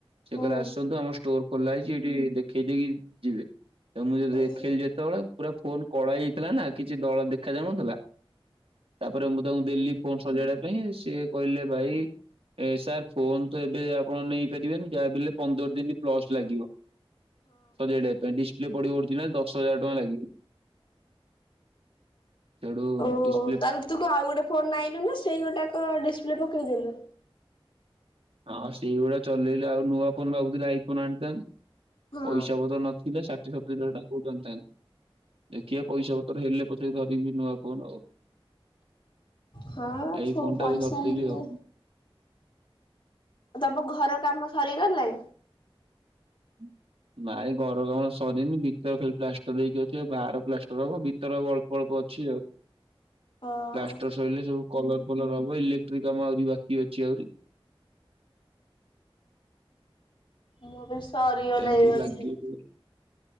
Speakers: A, on the right (about 75°); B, on the left (about 60°).
A: ସେ
B: ହଁ
A: କହିଲେ ଆସନ୍ତୁ ଆମ ଷ୍ଟୋର ଖୋଲା ହେଇଛି ଏଇଠି ଦେଖେଇ ଦେଇକି ଯିବେ। ତ ମୁଁ ଯଦି
B: ହଁ।
A: ଦେଖିଲି ଯେତେବେଳେ ପୁରା ଫୋନ କଳା ହୋଇଥିଲା ନା କିଛି ଦଳ ଦେଖା ଯାଉନଥିଲା। ତା'ପରେ ମୁଁ, ତାଙ୍କୁ ଦେଲି ଫୋନ୍ ସଜାଡିବା ପାଇଁ। ସିଏ କହିଲେ ଭାଇ ଏ ସାର୍ ଫୋନ ତ ଏବେ ଆପଣ ନେଇପାରିବେନି ଯାହା ବି ହେଲେ ପନ୍ଦର ଦିନ। ପ୍ଲସ୍ ଲାଗିବ, ସଜାଡ଼ିବା ପାଇଁ। ଡ଼ିସ୍ ପ୍ଲେ ପଡିବ ଓର୍ଜିନାଲ୍, ଦଶ ହଜାର ଟଆଁ ଲାଗିବ। ସେଡୁ
B: ଓ
A: ଡ଼ିସ୍
B: ତାହେଲେ ତୁ ଆଉ ଗୋଟେ ଫୋନ ନାଇନୁ ନା ସେଇ ଗୁଟାକ ଡିସପ୍ଲେ ପକେଇଦେଲୁ?
A: ହଁ, ସେଇଗୁଡା ଚଲେଇଲେ ଆଉ ନୂଆ ଫୋନ୍ ଭାବୁଥିଲି, ଆଇ ଫୋନ୍ ଆଣିଥାନ୍ତି।
B: ହଁ
A: ପଇସା ପତ୍ର ନଥିଲେ ଷାଠିଏ ସତୁରି ହଜାର ଟଙ୍କା କୋଉଠୁ ଆଣିଥାନ୍ତି। ଦେଖିଆ ପଇସା ପତ୍ର ହେଲେ ପଛେ ଧରିବି ନୂଆ ଫୋନ ଆଉ।
B: ହଁ
A: ଏଇ
B: ଫୋ
A: ଫୋନ୍
B: ପଇସା
A: ଟା ବି ଧରିଥିବି
B: ହେଲେ
A: ଆଉ।
B: ତମ ଘର କାମ ସରିଗଲାଣି?
A: <inaudible> ନାଇଁ ଘର କାମ ସରିନି, ଭିତର ଖାଲି ପ୍ଲାଷ୍ଟର ହେଇକି ଅଛି, ବାହାର ପ୍ଲାଷ୍ଟର ହବ, ଭିତର ଆଉ ଅଳ୍ପ ପଳ୍ପ ଅଛି ଆଉ।
B: ହଁ
A: ପ୍ଲାଷ୍ଟର ସଇଲେ ସବୁ କଲର ଫଲର ହବ, ଇଲେକ୍ଟ୍ରି କାମ ଆହୁରି ବାକି ଅଛି ଆହୁରି।
B: ମୁଁ ବି ସରିଗଲାଣି
A: ଏମିତି ସବୁ
B: ବୋଧେ।
A: ଲାଗିବ ସବୁ